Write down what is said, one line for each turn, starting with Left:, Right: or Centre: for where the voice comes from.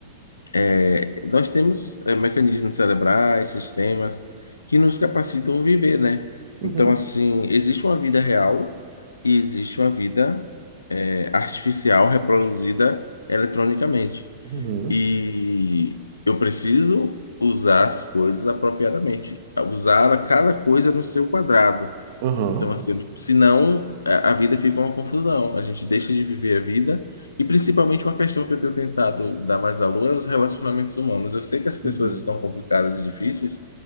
Left: é, nós temos é, mecanismos cerebrais, sistemas que nos capacitam a viver, né?
Right: Uhum,
Left: Então, assim, existe uma vida real e existe uma vida é, artificial reproduzida eletronicamente.
Right: uhum,
Left: E eu preciso usar as coisas apropriadamente, usar cada coisa no seu quadrado.
Right: aham,
Left: Então, assim, senão a a vida fica uma confusão. A gente deixa de viver a vida e principalmente uma questão que eu tenho tentado dar mais valor é os relacionamentos humanos. Eu sei que as pessoas
Right: uhum,
Left: estão complicadas e difíceis,